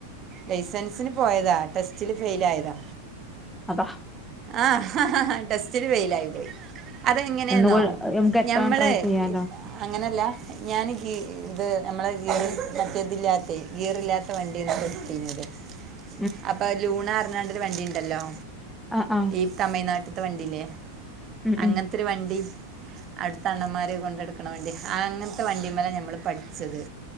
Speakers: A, on the right; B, in the centre.
A: ലൈസൻസിന് പോയതാ ടെസ്റ്റില് ഫെയിലായതാ
B: അതാ
A: ആഹ് ടെസ്റ്റില് ഫെയിലായിപ്പോയി അതെങ്ങനെന്നോ
B: ഒന്നുകൂ നമുക്ക് എത്ര
A: ഞമ്മള്
B: ട്രൈ ചെയ്യാലോ
A: അങ്ങനെയല്ല ഞാൻ ഗീ ഇത് നമ്മളെ ഗീറ് മറ്റേതില്ലാത്തെ ഗീറില്ലാത്ത വണ്ട്യാണ് കൊടുത്തീഞത്
B: <inaudible>
A: അപ്പൊ ലൂണാർഞാണ്ടൊരു വണ്ടിണ്ടല്ലോ
B: ആഹ് ആഹ്
A: ഈ തമിഴ്നാട്ട്ത്തെ വണ്ടില്ലേ
B: ഉം
A: അങ്ങത്തൊരു
B: ഉം
A: വണ്ടി അടുത്തെ അണ്ണന്മാരെ കൊണ്ടെടുക്കണ വണ്ടി ആ അങ്ങൻത്തെ വണ്ടിമ്മലാ ഞമ്മള് പഠിച്ചത്